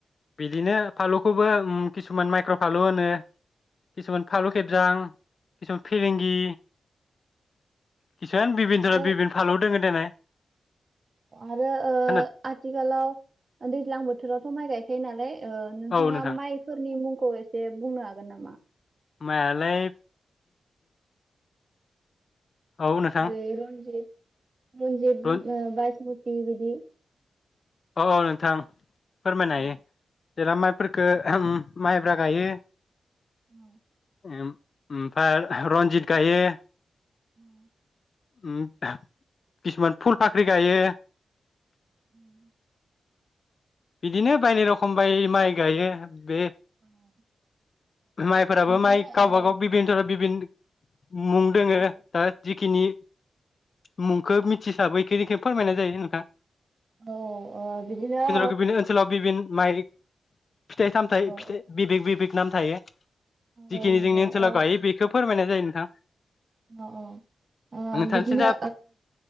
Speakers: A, on the left; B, on the right.
A: बिदिनो फानलुखौबो उम किसुमान माइक्र' फानलु होनो किसुमान फालु खेबजां <unintelligible> फिरेंगि किसुमान बिबिन
B: आरो
A: र बिबिन फालौ दोङो नायलाय ।
B: आरो ओ
A: खोनादों
B: आथिखालाव दैज्लां बोथोरावथ' माइ गायखायो नालाय ओ नोंथाङा
A: औ नोंथां
B: माइफोरनि मुं खौ एसे बुंनो हागोन नामा?
A: मायालाय औ नोंथां
B: जेरै रनजिद जिद
A: रन
B: ओ बायसमु थि बिदि
A: औ औ नोंथां फोरमायनो
B: औ
A: हायो जेराव माइफोरखो माइब्रा गायो
B: औ
A: ओम ओमफ्राय रन्जित गायो।
B: औ
A: उम किसुमान फुल फाख्रि गायो।
B: उम
A: बिदिनो बायनाय रखम बाय माइ गायो बे
B: औ
A: माइफोराबो
B: बिदिनो
A: माइ गावबा
B: ओ
A: गाव बिभिन धरन बिभिन मुं दोङो
B: औ
A: दा जिखिनि मुंखौ मिथिसाबो इख बेखौनो फोरमायनाय जायो नोंथां।
B: औ ओ बिदिनो
A: बिबिन' ओनसोलाव बिबिन' माइक फिथाइ सामथाइ
B: औ
A: फिथाइ बिबेक बिबेक नाम थायो।
B: औ
A: जिखिनि
B: नंगौ
A: जोंनि ओनसोला
B: औ
A: गायो बेखो फोरमायनाय जायो नोंथां।
B: औ औ ओ
A: नोंथांसिम
B: बिदिनो
A: दा